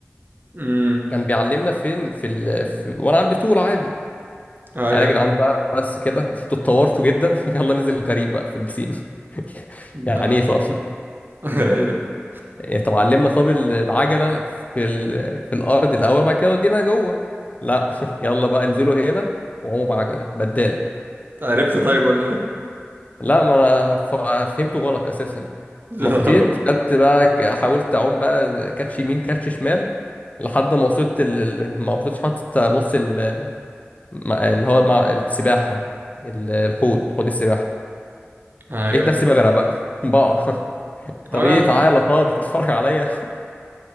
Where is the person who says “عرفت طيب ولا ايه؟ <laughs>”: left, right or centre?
Right